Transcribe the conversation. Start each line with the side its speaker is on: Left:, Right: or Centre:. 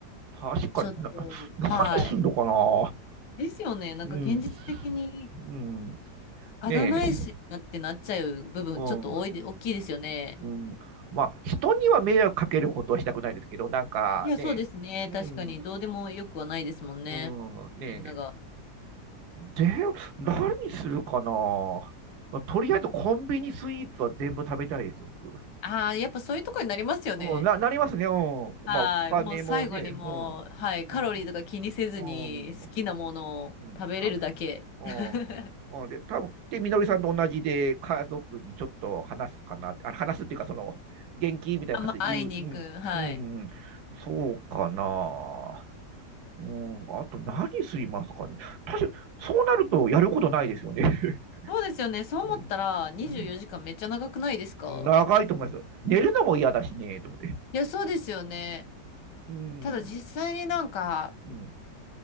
Right: 確かにな、
Left: ちょっと、
Right: 何すんのかな。
Left: はい、ですよね。なんか現実的に
Right: うん。うん。
Left: あだ名いしなってなっちゃう部分ちょっと多いで、
Right: ねえ。うん。
Left: 大きいですよね。
Right: うん。まあ、人には迷惑かけることはしたくないですけど、なんかね、
Left: いや、そうですね。
Right: うん、
Left: 確かにどうでもよくはないですもんね。
Right: うん、ね
Left: みんなが。
Right: で、何にするかな、まあとりあえずコンビニスイーツは全部食べたいですよ、僕。
Left: ああ、やっぱそういうとこになりますよね。
Right: うん、な、なりますね。うん。
Left: はい。
Right: まあ、お金もね、
Left: もう最後にもう、
Right: うん、う
Left: はい。カロリーとか気にせずに好きなものを食べれるだけ。
Right: ん、うん、うん、食べ、うん、
Left: <laughs>
Right: うん。で、多分で、みのりさんと同じで、家族にちょっと話すかなって、あ、話すっていうか、その、元気みたいな形で言う、
Left: あんまあ会いに行く。
Right: うん、
Left: はい。
Right: うん、そうかな。うん、あと何すいますかね。確かに、そうなるとやることないですよね。<laughs>
Left: そうですよね。そう思ったら24時間めっちゃ長くないですか
Right: うんうん長いと思いますよ。寝るのも嫌だしね、と思って。
Left: いや、そうですよね。
Right: うん、
Left: ただ実際になんか、
Right: うん、